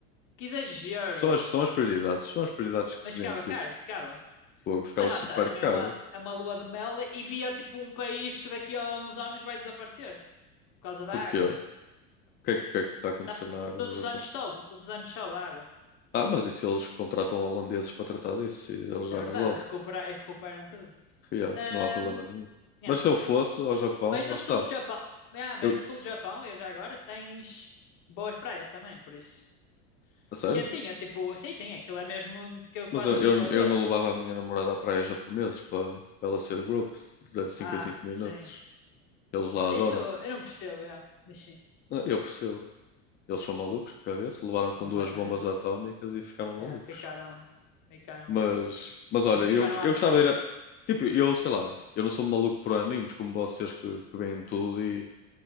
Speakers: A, on the left; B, on the left.
A: Que exagero!
B: São as, são as prioridades, são as prioridades que
A: Mas
B: se vêem,
A: ficava caro,
B: tipo,
A: ficava.
B: pô, ficava
A: Mas lá
B: super
A: está, também
B: caro.
A: é uma, é uma lua de mel e via tipo um país que daqui a uns anos vai desaparecer por causa da
B: Porquê?
A: água.
B: O que é, que o que é que está
A: Tá-
B: a acontecer
A: tá-
B: na água
A: todos
B: no Japão?
A: os anos sobe, todos os anos sobe a água.
B: Ah, mas e se eles contratam holandeses para tratar disso? E eles
A: Isso
B: já
A: é verdade,
B: resolvem.
A: recuperar, e recuperam tudo.
B: Yeah,
A: Ahm,
B: não há problema nenhum.
A: yeah.
B: Mas se eu fosse ao Japão,
A: Mas no
B: lá está.
A: sul do Japão, ah, mas
B: Eu,
A: no sul do Japão, e já agora, tens boas praias também, por isso.
B: a sério?
A: Quentinha, tipo, sim, sim, aquilo é mesmo que quase
B: Mas eu,
A: no
B: eu,
A: Equador.
B: eu não levava a minha namorada à praia japonesa para para ela ser grupo de cinco
A: Ah,
B: em cinco minutos.
A: sim.
B: Eles lá
A: Isso
B: adoram.
A: eu não percebo, yeah. mas sim,
B: Ah, Eu percebo. Eles são malucos de cabeça, levaram com
A: completamente.
B: duas bombas atómicas e ficaram malucos.
A: Yeah, ficaram, ficaram,
B: Mas, mas olha,
A: <laughs> ficaram
B: eu,
A: anime.
B: eu gostava de ir a... Tipo, eu sei lá, eu não sou um maluco por animes como vocês que, que veem tudo e,